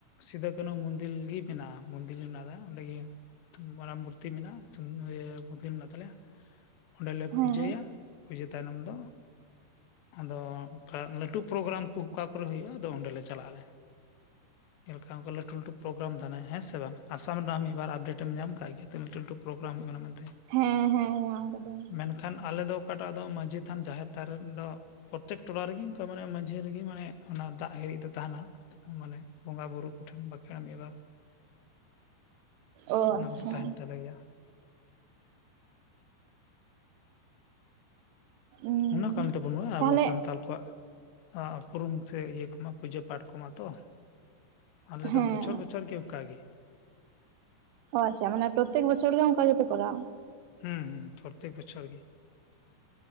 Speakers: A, on the left (about 75°); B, on the right (about 85°).
A: ᱥᱤᱫᱩ ᱠᱟᱱᱩ ᱢᱚᱱᱫᱤᱞ ᱜᱤ ᱢᱮᱱᱟᱜᱼᱟ ᱢᱚᱱᱫᱤᱞ ᱢᱮᱱᱟᱜᱼᱟ ᱚᱸᱰᱮ ᱜᱮ ᱢᱟᱨᱟᱢ ᱢᱩᱨᱛᱤ ᱢᱮᱱᱟᱜᱼᱟ <unintelligible> ᱢᱮᱱᱟᱜ ᱛᱟᱞᱮᱭᱟ ᱚᱱᱰᱮᱞᱮ
B: ᱦᱮᱸ
A: ᱯᱩᱡᱟᱹᱭᱟ ᱯᱩᱡᱟᱹ ᱛᱟᱭᱱᱚᱢ ᱫᱚ ᱟᱫᱚ ᱚᱱᱠᱟ ᱞᱟᱹᱴᱩ ᱯᱨᱳᱜᱨᱟᱢ ᱠᱚ ᱚᱠᱟ ᱠᱚᱨᱮ ᱦᱩᱭᱩᱜᱼᱟ ᱟᱫᱚ ᱚᱸᱰᱮ ᱞᱮ ᱪᱟᱞᱟᱜ ᱟᱞᱮ᱾ ᱡᱮᱞᱠᱟ ᱚᱱᱠᱟ ᱞᱟᱹᱴᱩ ᱞᱟᱹᱴᱩ ᱯᱨᱳᱜᱨᱟᱢ ᱛᱟᱦᱮᱱᱟ ᱦᱮᱸᱥᱮ ᱵᱟᱝ, ᱟᱥᱟᱢ ᱨᱮᱱᱟᱜ ᱢᱤᱫ ᱵᱟᱨ ᱟᱯᱰᱮᱴ ᱮᱢ ᱧᱟᱢ ᱠᱟᱜ ᱜᱮᱭᱟ ᱛᱚ ᱞᱟᱹᱴᱩ ᱞᱟᱹᱴᱩ ᱯᱨᱳᱜᱨᱟᱢ ᱦᱩᱭᱩᱜ ᱠᱟᱱᱟ ᱢᱮᱱᱛᱮ᱾
B: ᱦᱮᱸ ᱦᱮᱸ ᱧᱟᱢ ᱟᱠᱟᱫᱟᱹᱧ᱾
A: ᱢᱮᱱᱠᱷᱟᱱ ᱟᱞᱮᱫᱚ ᱚᱠᱟᱴᱟᱜ ᱫᱚ ᱢᱟᱺᱡᱷᱤ ᱛᱷᱟᱱ ᱡᱟᱦᱮᱨ ᱛᱷᱟᱱ ᱨᱮ ᱫᱚ ᱯᱨᱚᱛᱮᱠ ᱴᱚᱞᱟ ᱨᱮᱜᱮ ᱚᱱᱠᱟ ᱢᱟᱱᱮ ᱢᱟᱺᱡᱷᱤ ᱨᱮᱜᱮ ᱢᱟᱱᱮ ᱚᱱᱟ ᱫᱟᱜ ᱦᱤᱨᱤᱡ ᱫᱚ ᱛᱟᱦᱮᱱᱟ ᱢᱟᱱᱮ᱾ ᱵᱚᱸᱜᱟ ᱵᱩᱨᱩ ᱠᱚᱴᱷᱮᱱ ᱵᱟᱠᱷᱮᱲᱟ ᱢᱤᱫ ᱵᱟᱨ᱾
B: ᱚ
A: ᱚᱱᱟ
B: ᱟᱪᱪᱷᱟ
A: ᱠᱚᱫᱚ ᱛᱟᱦᱮᱱ ᱛᱟᱞᱮ ᱜᱮᱭᱟ᱾
B: ᱩᱸ
A: ᱦᱩᱸ᱾ ᱚᱱᱟ ᱠᱟᱱ ᱛᱟᱵᱚᱱᱟ
B: ᱛᱟᱦᱚᱞᱮ
A: ᱟᱵᱚ ᱥᱟᱱᱛᱟᱞ ᱠᱚᱣᱟᱜ ᱩᱯᱨᱩᱢ ᱛᱮ ᱤᱭᱟᱹ ᱠᱚᱢᱟ ᱯᱩᱡᱟᱹ ᱯᱟᱴ ᱠᱚᱢᱟ ᱛᱚ᱾ ᱟᱞᱮ ᱫᱚ
B: ᱦᱮᱸ
A: ᱵᱚᱪᱷᱚᱨ ᱵᱚᱪᱷᱚᱨ ᱜᱮ ᱚᱱᱠᱟ ᱜᱮ᱾
B: ᱚᱸ ᱟᱪᱪᱷᱟ ᱢᱟᱱᱮ ᱯᱨᱚᱛᱮᱠ ᱵᱚᱪᱷᱚᱨ ᱜᱮ ᱚᱱᱠᱟ ᱜᱮᱯᱮ ᱠᱚᱨᱟᱣᱟ?
A: ᱦᱮᱸ ᱦᱩᱸ ᱯᱨᱚᱛᱮᱠ ᱵᱚᱪᱷᱚᱨ ᱜᱮ᱾